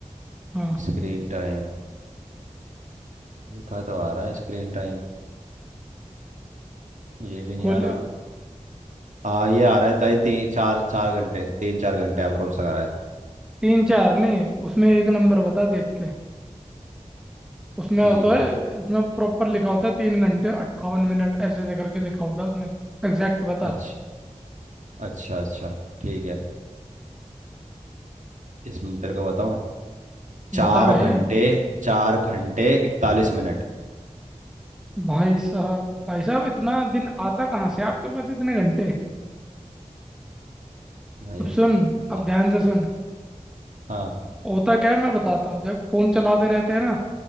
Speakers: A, in the centre; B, on the right.
A: हाँ
B: स्क्रीन टाइम लिखा तो आ रहा है स्क्रीन टाइम ये भी नहीं
A: खोल
B: आ रहा हाँ ये आ रहा है भाई तीन चार चार घंटे तीन चार घंटे अब रोज आ रहा है
A: तीन चार नहीं उसमें एक नंबर बता देख के उसमें
B: ठीक
A: होता
B: है
A: है उसमें प्रॉपर लिखा होता है तीन घंटे अट्ठावन मिनट ऐसे ऐसे करके लिखा होता है उसमें एग्जैक्ट बता
B: अच्छा अच्छा अच्छा ठीक है इसमें तेरे को बताऊं चार
A: बता भाई
B: घंटे चार घंटे इकतालीस मिनट
A: भाई साहब भाई साहब इतना दिन आता कहाँ से आपके पास इतने घंटे
B: भाई
A: अब सुन
B: हाँ
A: अब ध्यान से सुन
B: हाँ
A: होता क्या है मैं बताता हूँ जब फोन चलाते रहते हैं ना